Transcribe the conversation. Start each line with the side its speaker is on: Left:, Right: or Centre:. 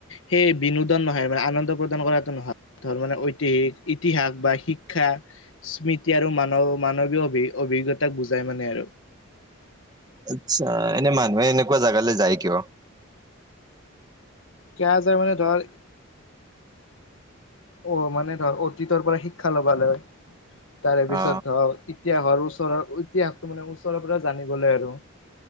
Left: সেই বিনোদন নহয় মানে আনন্দ প্ৰদান কৰাটো নহয়। ধৰ মানে ঐতিহিক ইতিহাস বা শিক্ষা স্মৃতি আৰু মান মানৱীয় অভি অভিজ্ঞতাক বুজাই মানে আৰু।
Right: আচ্ছা এনে মানুহে এনেকুৱা জাগালৈ যায় কিয়।
Left: কি যায় মানে ধৰ অ' মানে ধৰক অতীতৰ পৰা শিক্ষা ল'ব ল হয় তাৰে
Right: অ
Left: পিছত ধৰক ইতিহাসৰ ওচৰৰ ইতিহাসটো মে ওচৰৰ পৰা জানিবলৈ আৰু।